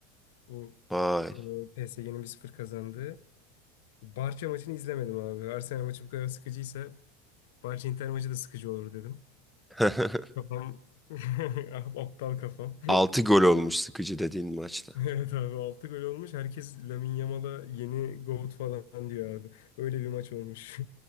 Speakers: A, on the left (about 80°); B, in the centre.
A: Bu
B: Vay.
A: PSG'nin 1-0 kazandığı. Barça maçını izlemedim abi. Arsenal maçı bu kadar sıkıcıysa Barça Inter maçı da sıkıcı olur dedim.
B: <laughs>
A: Kafam <laughs> Ah, aptal kafam. <laughs>
B: altı gol olmuş sıkıcı dediğin maçta.
A: Evet abi 6 gol olmuş. Herkes Lamine Yamal'a yeni GOAT falan diyor abi. Öyle bir maç olmuş.